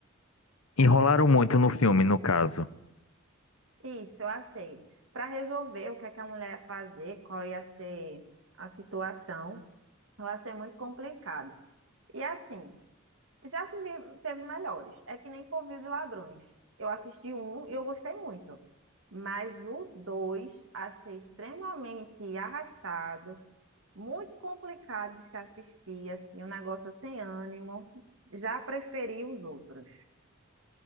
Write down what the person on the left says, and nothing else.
Enrolaram muito no filme, no caso.